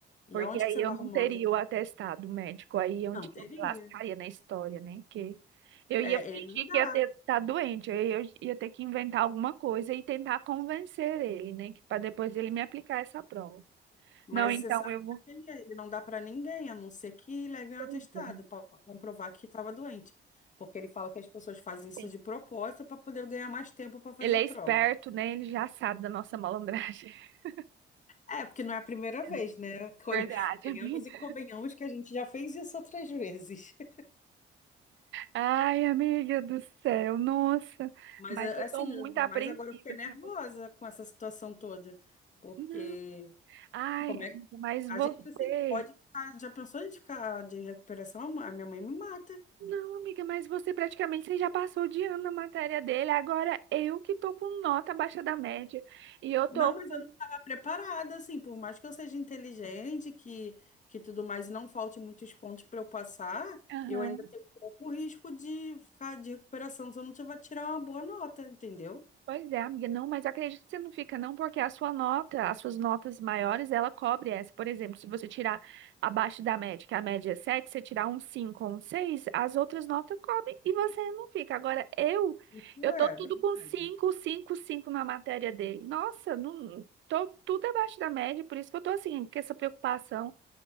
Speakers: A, on the left; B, on the right.
A: E
B: Porque
A: aonde
B: aí
A: que você
B: eu
A: vai arrumar
B: não teria
A: um atestado?
B: o atestado médico, aí é
A: Não
B: onde que
A: teria.
B: eu me lascaria na história, né? Que eu ia
A: É,
B: fingir
A: ele não dá.
B: que ia ter, tá doente, aí eu ia ter que inventar alguma coisa e tentar convencer ele, né? Que para depois ele me aplicar essa prova.
A: Mas
B: Não, então
A: você sabe
B: eu
A: como
B: vou.
A: é que ele é. Ele não dá para ninguém, a não ser que leve um
B: Pois
A: atestado
B: é.
A: para comprovar que estava doente. Porque ele fala que as pessoas fazem isso
B: Sim.
A: de propósito para poder ganhar mais tempo para fazer
B: Ele
A: a
B: é
A: prova.
B: esperto, né? Ele já sabe da nossa malandragem. <laughs>
A: É, porque não é a primeira
B: É.
A: vez, né? <laughs> Co-
B: Verdade,
A: Venhamos
B: amiga.
A: e convenhamos que a gente já fez isso outras vezes. <laughs>
B: Ai, amiga do céu, nossa.
A: Mas
B: Mas
A: é,
B: eu
A: assim,
B: tô muito apreensiva.
A: mas agora eu fiquei
B: assim,
A: nervosa
B: eu
A: com essa situação toda, porque
B: tô- Ai,
A: como é
B: amiga, mas
A: a
B: você.
A: gente assim, pode ficar, já pensou em ficar de recuperação? A minha mãe me mata.
B: Não, amiga, mas você praticamente você já passou de ano na matéria dele. Agora eu que tô com nota abaixo da média. E eu
A: Não,
B: tô
A: mas
B: com.
A: eu não estava preparada, assim, por mais que eu seja inteligente, que, que tudo mais, e não falte muitos pontos para eu passar,
B: Aham.
A: eu ainda tenho pouco risco de ficar de recuperação se eu não tiver tirar uma boa nota, entendeu?
B: Pois é, amiga, não, mas acredito que você não fica, não, porque a sua nota, as suas notas maiores, ela cobre essa. Por exemplo, se você tirar abaixo da média, que a média é 7 você tirar um 5 ou um 6 as outras notas cobrem e você não fica. Agora, eu,
A: É,
B: eu tô tudo
A: é verdade.
B: com 5 5 5 na matéria dele. Nossa, não, tô tudo abaixo da média, por isso que eu tô assim, com essa preocupação.